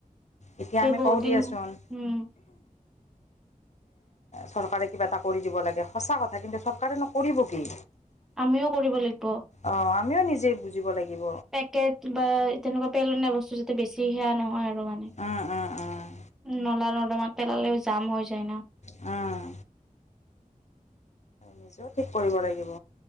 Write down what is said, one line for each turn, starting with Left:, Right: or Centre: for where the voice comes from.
Left: এতিয়া আমি
Centre: বহুত
Left: কওঁ
Centre: দিন
Left: দিয়াচোন।
Centre: উম
Left: চৰকাৰে কিবা এটা কৰি দিব লাগে সঁচা কথা কিন্তু চৰকাৰে নকৰিব কি।
Centre: আমিও কৰিব লাগিব।
Left: অ আমিও নিজে বুজিব লাগিব।
Centre: কেট বা তেনেকুৱা পেলনীয়া বস্তু যাতে বেছি হে আনা নহয় আৰু মানে।
Left: উম উম।
Centre: নলা নৰ্দমাত পেলালেও জাম হৈ যায় না-
Left: অ <unintelligible> নিজেও ঠিক কৰিব লাগিব-